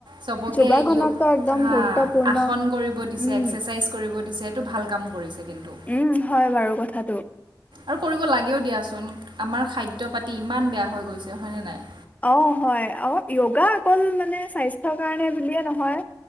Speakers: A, on the right; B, on the left.
A: চবকে
B: যোগাসনতো
A: যো
B: একদম
A: হা
B: গুৰুত্বপূৰ্ণ
A: আসন কৰিব দিছে
B: উম
A: এক্সাৰচাইজ কৰিব দিছে এইটো ভাল কাম কৰিছে কিন্তু
B: উম হয় বাৰু কথাটো
A: আৰু কৰিব লাগেও দিয়াচোন আমাৰ খাদ্য পাতি ইমান বেয়া হৈ গৈছে হয়নে নাই
B: অ হয় অ যগা অকল মানে স্বাস্থ্যৰ কাৰণে বুলিয়ে নহয়